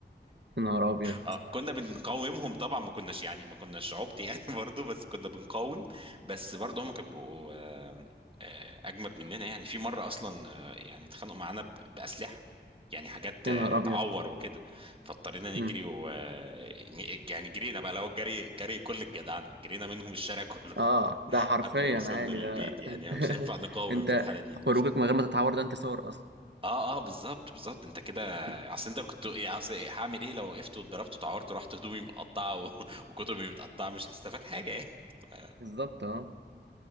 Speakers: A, on the right; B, on the right.
A: يا نهار ابيض
B: اه
A: <laughs>
B: كنا بنقاومهم طبعا ما كناش يعني ما كناش عبط يعني <laughs> برضو بس كنا بنقاوم بس برضو هم كانوا بيبقوا، آه، آه، اجمد مننا يعني في مره اصلا آه، يعني اتخانقوا معانا ب- باسلحه يعني حاجات
A: يا
B: آه،
A: نهار
B: تعور
A: ابيض
B: وكده فاضطرينا
A: مم.
B: نجري و آه، ن- يعني جرينا بقى لو الجري جري كل الجدعنه جرينا منهم الشارع كله
A: اه
B: <laughs>
A: ده حرفيا
B: لحد ما وصلنا
A: عادي
B: للبيت
A: ده
B: يعني
A: <laughs>
B: مش هينفع نقاوم
A: انت
B: في الحاله دي
A: خروجك من غير ما تتعور ده انت صور اصلا
B: اه اه بالظبط بالظبط انت كده
A: مم.
B: اصل انت كنت إيه، اصل إيه، هعمل ايه لو وقفت واتضربت واتعورت ورحت هدومي مقطعه و... <laughs> وكتبي متقطعه مش هستفاد حاجه يعني ف-
A: بالظبط اه